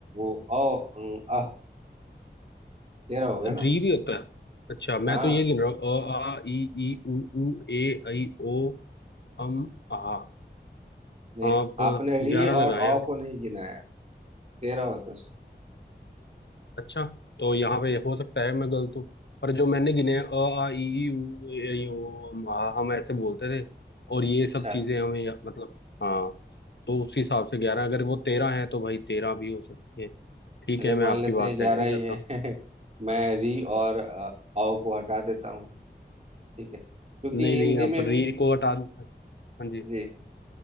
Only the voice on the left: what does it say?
री
भी होता है अच्छा मैं
तो ये गिन रहा हूँ अ आ ई ई उ ऊ ए ऐ ओ अम आ
आप
ग्यारह
लगाए
हैं
अच्छा तो यहाँ पे हो सकता है मैं गलत हूँ पर जो मैंने गिने हैं अ आ ई ई उ ए ऐ ओ अम आ हम ऐसे बोलते थे और ये
सब
चीजें
हमें या- मतलब हाँ तो उस हिसाब से ग्यारह अगर वो तेरह है तो भाई तेरह भी हो सकती है ठीक
है
मैं आपकी
बात
से एग्री
करता हूँ
नहीं
नहीं आप
री को हटा दो हाँ जी